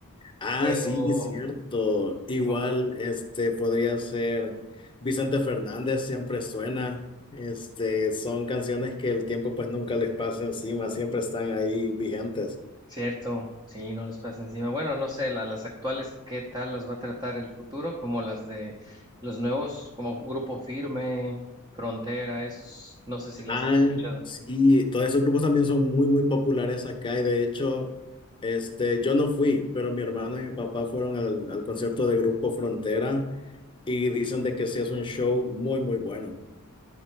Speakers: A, on the left (about 25°); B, on the right (about 20°).
A: Ah,
B: pero
A: sí, cierto. Igual,
B: <laughs>
A: este podría ser Vicente Fernández, siempre suena. Este, son canciones que el tiempo pues nunca les pasa encima, siempre están ahí vigentes.
B: Cierto, sí, no les pasa encima. Bueno, no sé, la- las actuales, ¿qué tal las va a tratar el futuro? Como las de los nuevos, como Grupo Firme, Frontera, esos, no sé si las
A: Ah,
B: has escuchado.
A: sí, todos esos grupos también son muy, muy populares acá y de hecho, este, yo no fui, pero mi hermano y mi papá fueron al, al concierto de Grupo Frontera y dicen de que sí es un show muy, muy bueno.